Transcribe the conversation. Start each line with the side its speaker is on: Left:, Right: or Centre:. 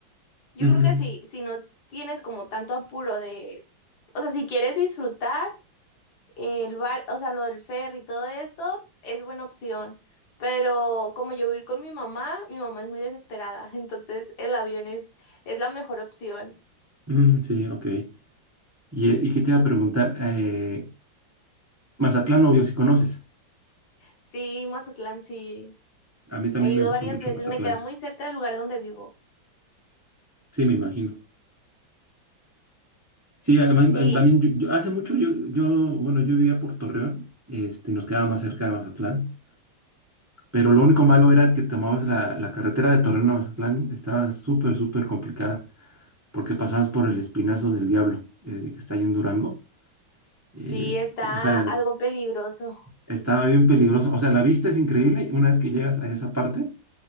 Left: Yo
Right: Ujú.
Left: creo que si, si no tienes como tanto apuro de, o sea, si quieres disfrutar eh, el bar, o sea, lo del ferry y todo esto, es buena opción. Pero como yo voy a ir con mi mamá, mi mamá es muy desesperada, <laughs> entonces el avión es, es la mejor opción.
Right: Mm, sí, ok. Y, eh, y que te iba a preguntar, eh, Mazatlán obvio si conoces.
Left: Sí, Mazatlán, sí,
Right: A mí también
Left: he ido
Right: me gustó
Left: varias
Right: mucho
Left: veces,
Right: Mazatlán.
Left: me queda muy cerca del lugar donde vivo.
Right: Sí, me imagino. Sí, además,
Left: Sí,
Right: eh, también yo, yo- hace mucho yo, yo, bueno, yo vivía por Torreón, este, nos quedaba más cerca de Mazatlán, pero lo único malo era que tomabas la, la carretera de Torreón a Mazatlán, estaba súper, súper complicada, porque pasabas por el Espinazo del Diablo, eh, que está ahí en Durango. Es-
Left: sí, está
Right: o sea,
Left: algo
Right: es-
Left: peligroso.
Right: estaba bien peligroso. O sea, la vista es increíble una vez que llegas a esa parte,